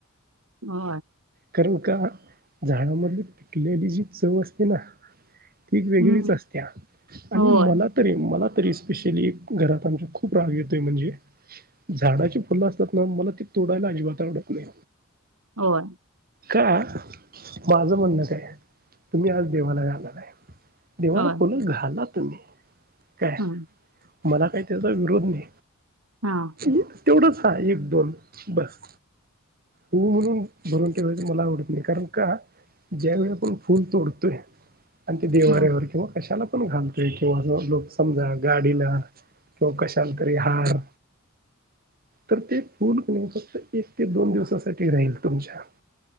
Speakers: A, on the right; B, on the right.
A: हो
B: कारण का, झाडामधली पिकलेली जी चव असते ना ती वेगळीच
A: हम्म
B: असत्या आणि
A: होय
B: मला तरी, मला तरी स्पेशली, घरात आमच्या खूप राग येतोय, म्हणजे झाडाची फुलं असतात ना, मला ती तोडायला अजिबात आवडत नही.
A: होय.
B: का? माझं म्हणणं काय? तुम्ही आज देवाला जाणार आहे देवाला
A: होय
B: फुलं घाला तुम्ही, काय,
A: हम्म
B: मला काही त्याचा विरोध नही.
A: हां.
B: तें, तेवढंच हाय एक दोन, बस. ऊ म्हणून भरून ठेवायचं, मला आवडत नही, कारण का? ज्यावेेळी आपण फुल तोडतोय आणि ते देवाऱ्यावर
A: हम्म
B: किंवा कशाला पण घालतोय किंवा लोक समजा गाडीला व कशाला तरी हार, तर ते फूल फुल फक्त एक ते दोन दिवसासाठी राहील तुमच्या